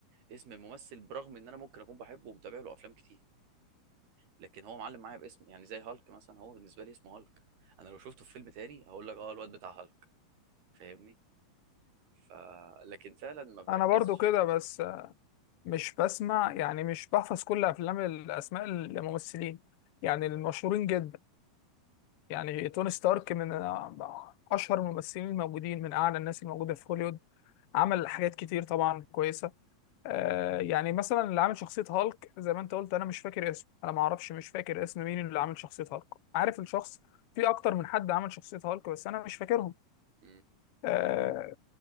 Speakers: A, on the right; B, on the left.
A: اسم الممثل برغم ان انا ممكن اكون بحبه ومتابع له افلام كتير لكن هو معلم معايا باسم يعني زي هالك مثلا هو بالنسبه لي اسمه هالك انا لو شفته في فيلم تاني هقول لك اه الواد بتاع هالك فاهمني ف لكن فعلا ما بركزش
B: انا برضو كده بس مش بسمع يعني مش بحفظ كل افلام الاسماء الممثلين يعني المشهورين جدا يعني توني ستارك من اشهر الممثلين الموجودين من اعلى الناس الموجوده في هوليوود عمل حاجات كتير طبعا كويسه آه يعني مثلا اللي عامل شخصية هالك زي ما انت قلت انا مش فاكر اسمه انا ما اعرفش مش فاكر اسم مين اللي عامل شخصية هالك عارف
A: م-
B: الشخص في اكتر من حد عمل شخصية هالك بس انا مش فاكرهم
A: م.
B: آه